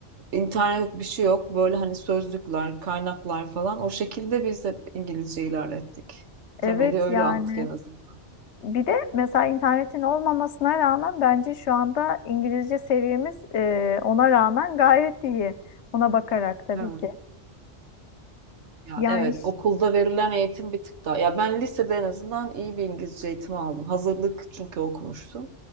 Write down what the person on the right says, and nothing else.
İnternet yok, bir şey yok. Böyle hani sözlükler, kaynaklar falan. O şekilde biz hep İngilizce ilerlettik.
Temeli öyle
attık en azından.
Evet.
Ya
evet,
okulda verilen eğitim bir tık daha. Ya ben lisede en azından iyi bir İngilizce eğitimi aldım. Hazırlık çünkü okumuştum.